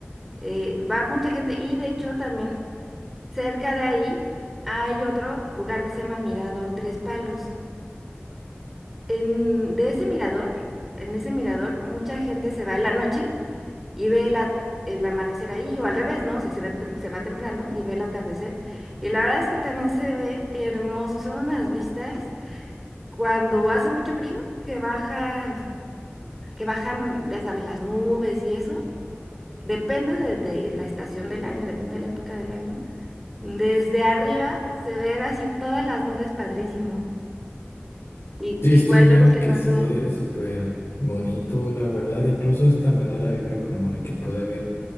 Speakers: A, in the centre; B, on the left.
A: eh, va mucha gente y de hecho también cerca de ahí hay otro lugar que se llama Mirador Tres Palos. En, de ese mirador, en ese mirador, mucha gente se va en la noche y ve la- el amanecer ahí, o al revés, ¿no? O sea, se ve tem- se va temprano y ve el atardecer. Y la verdad es que también se ve hermoso, son unas vistas cuando hace mucho frío, que baja, que bajan, ya sabes, las nubes y eso. Depende de, de la estación del año, depende de la época del año. Desde arriba se ven así todas las nubes padrísimo. Y,
B: Sí,
A: igual
B: estoy viendo
A: luego te
B: que
A: mando,
B: se ve súper bonito, la verdad. Incluso hasta me da la vibra como de que puede haber